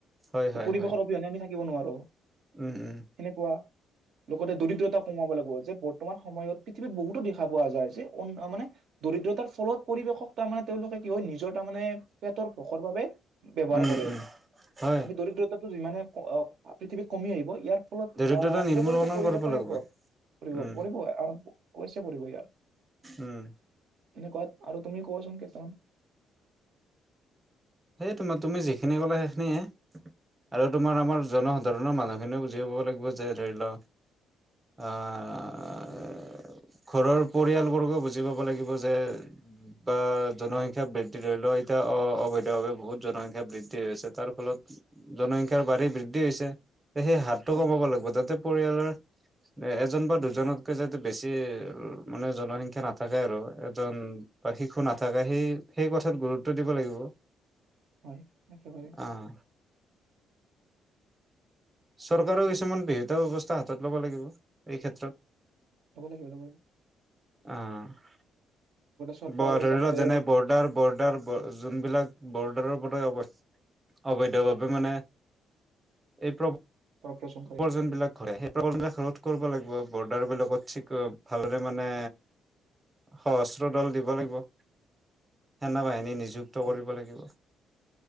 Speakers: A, on the right (about 20°); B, on the right (about 70°).
A: হয় হয়
B: পৰিৱেশ
A: হয়
B: অভিয়নে আমি থাকি কি বোনোৱা আৰো <inaudible>
A: উম উম
B: কেনেকুৱা <inaudible> লগতে দৰিদ্ৰতা কমাব লাগিব যে বৰ্তমান সময়ত পৃথিৱীত বহুতো দেখা পোৱা যায় যে মানে দৰিদ্ৰতাৰ ফলত পৰিৱেশক তাৰ মানে তেওঁলোকে কি হয় নিজৰ তাৰমানে পেটৰ ভুকৰ বাবে <inaudible> ব্যৱহাৰ
A: উম
B: কৰে
A: উম হয়
B: আমি দৰিদ্ৰতা যিমানে অ পৃথিৱীত কমি আহিব ইয়াৰ ফলত
A: দৰিদ্ৰতা
B: আহ
A: নিৰ্মূলকৰণ
B: ক'বতৈছে পৰিৱেশৰ
A: কৰিব লাগিব
B: ইয়াৰ ফলত পৰি
A: উম
B: পৰিব আৰু <inaudible> কচ পৰিব ইয়াৰ <inaudible>
A: উম
B: এনেকুৱা আৰু তুমি কোৱাচোন কেইটামান <inaudible>
A: সেইয় তোমাৰ তুমি যিখিনি ক'লো সেইখিনিয়ে আৰু তোমাৰ আমাৰ জনসাধাৰণৰ মানুহখিনিও বুজি পাব লাগিব যে ধৰি লও অহ ঘৰৰ পৰিয়ালবৰ্গও বুজি পাব লাগিব যে বা জনসংখ্যা বৃদ্ধি ধৰি লও এতিয়া অ অবৈ বহুত জনসংখ্যা বৃদ্ধিছে তাৰ ফলত জনসংখ্যাৰ বাঢ়ি বৃদ্ধি হৈছে <inaudible> তে সেই হাতটো
B: হয়
A: কমাব লাগিব তাতে পৰিয়ালৰ এজন বা দুজনতকে যাতে বেছি মানে জনসংখ্যা নাথাকে আৰু এজন বা শিশু নাথাকে সেই সেই কথাত গুৰুত্ব দিব লাগিব
B: হয় একেবাৰে
A: আহ চৰকাৰেও কিছুমান বিহিত ব্যৱস্থা হাতত ল'ব লাগিব এই ক্ষেত্ৰত
B: ল'ব লাগিব অলমান
A: অ
B: চৰকাৰে
A: ধৰি
B: যাতে
A: লওক যেনে বৰ্ডাৰ বৰ্ডাৰ যোনবিলাক বৰ্ডাৰৰ <unintelligible> অবৈধভাৱে মানে অবৈধভাৱে মানে এই
B: প্ৰচন কৰে
A: প্ৰৱজনবিলাক ঘৰে সেই প্ৰৱজন ঘৰত কৰব লাগিব বৰ্ডাৰ বিলাকত চিকট ভাল দৰে মানে সহস্ৰ দল দিব লাগিব সেন বাহিনী নিজ যুক্ত
B: হয়
A: কৰিব লাগিব